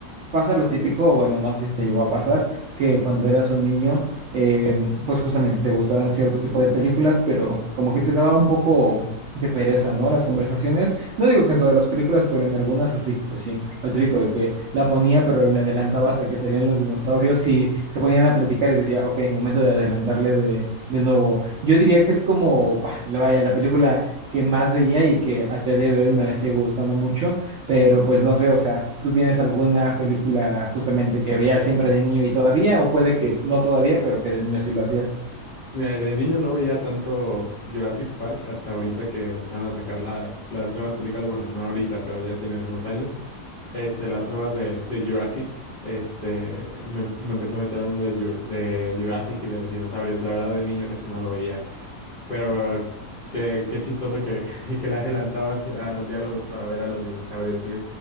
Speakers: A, on the right; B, on the left.
A: pasa lo típico, o bueno, no sé si te llegó a pasar, que cuando eras un niño, eh, pues justamente te gustaban cierto tipo de películas, pero como que te daba un poco de pereza, ¿no? Las conversaciones. No digo que en todas las películas, pero en algunas así que pues sí, lo típico de que la ponía, pero le adelantaba hasta que salían los dinosaurios
B: Eh,
A: y se ponían a platicar y decía, ok, momento de adelantarle de, de nuevo. Yo diría que es como, bah, la- vaya, la película que más veía y que hasta el día de hoy me sigue gustando mucho pero pues no sé, o sea, ¿tú tienes alguna película justamente que veías siempre de niño y todavía? O puede que no todavía, pero que de niño sí lo hacías.
B: Mira, de niño no veía tanto Jurassic Park hasta ahorita que empezaron a sacar la- las nuevas películas. Bueno, no ahorita, pero ya tiene algunos años. Este, las nuevas de, de Jurassic. Este, me, me empecé a meter al mundo de, Jur- de Jurassic y de los dinosaurios. La verdad, de niño casi no lo veía. Pero qué, qué chistoso que, <laughs> que le adelantabas a los diálogos para ver a los dinosaurios. Sí,